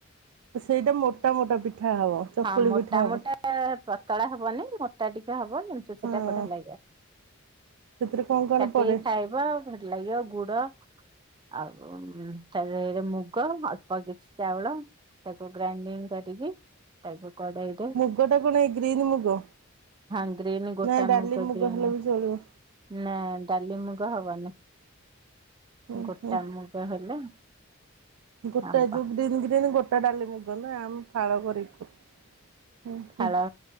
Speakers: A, on the right (about 85°); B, on the right (about 20°).
A: ସେଇଟା ମୋଟା ମୋଟା ପିଠା ହବ ଚକୁଳି
B: ହଁ ମୋଟା
A: ପିଠା ହବ।
B: ମୋଟା ପତଳା ହବନି ମୋଟା ଟିକେ ହବ କେମ
A: ହଁ
B: ସେଟା ବଢିଆ ଲାଗିବ
A: ସେଥିରେ କଣ କଣ
B: କାଟିକି
A: ପଡେ
B: ଖାଇବ ଭଲ ଲାଗିବ ଗୁଡ ଆଉ ଚାରରେ ମୁଗ ଅଳ୍ପ କିଛି ଚାଉଳ ତାକୁ ଗ୍ରାଇଣ୍ଡିଙ୍ଗ କରିକି ତ କଡେଇ
A: ମୁଗ ଟା କଣ ଏଇ ଗ୍ରୀନ୍ ମୁଗ
B: ହଁ ଗ୍ରୀନ୍ ଗୋଟା
A: ନା ଡାଲି ମୁଗ
B: ଗ୍ରୀନ୍
A: ହେଲେ ବି ଚଳିବ
B: ନା ଡାଲି ମୁଗ ହବନି
A: ହୁଁ
B: ଗୋଟା
A: ହୁଁ।
B: ମୁଗ ହେଲେ
A: ଗୋଟା
B: ହବ
A: ଏ ଯୋଉ ଗ୍ରୀନ୍ ଗ୍ରୀନ୍ ଗୋଟା ଡାଲି ମୁଗ ନା ଆମେ ଫାଳ କରି ଖା ହୁ
B: ଫାଳ
A: ହୋ